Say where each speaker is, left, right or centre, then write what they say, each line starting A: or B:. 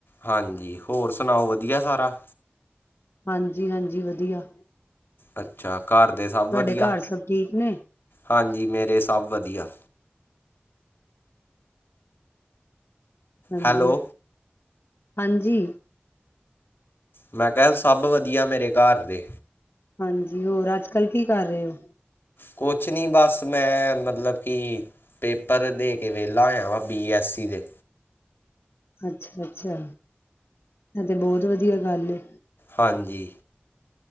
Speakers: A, on the left; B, on the left.
A: ਹਾਂਜੀ ਹੋਰ ਸੁਣਾਓ? ਵਧੀਆ ਸਾਰਾ?
B: ਹਾਂਜੀ-ਹਾਂਜੀ ਵਧੀਆ,
A: ਅੱਛਾ, ਘਰ ਦੇ ਸਭ
B: ਤੁਹਾਡੇ
A: ਵਧੀਆ
B: ਘਰ ਸਭ ਠੀਕ ਨੇ
A: ਹਾਂਜੀ ਮੇਰੇ ਸਭ ਵਧੀਆ,
B: ਹਾਂਜੀ,
A: ਹੈਲੋ
B: ਹਾਂਜੀ
A: ਮੈਂ ਕਿਹਾ ਸਭ ਵਧੀਆ <unintelligible>
B: ਹਾਂਜੀ ਹੋਰ ਅੱਜ ਕੱਲ੍ਹ ਕੀ ਕਰ ਰਹੇ ਹੋ
A: ਕੁਛ ਨੀ ਬਸ ਮੈਂ ਮਤਲਬ ਕਿ ਪੇਪਰ ਦੇ ਕੇ ਵੇਲਾ ਹੋਯਾ ਵਾ ਬੀ ਐੱਸਸੀ ਦੇ
B: ਅੱਛਾ ਅੱਛਾ ਇਹ ਤੇ ਬਹੁਤ ਵਧੀਆ ਗੱਲ ਏ
A: ਹਾਂਜੀ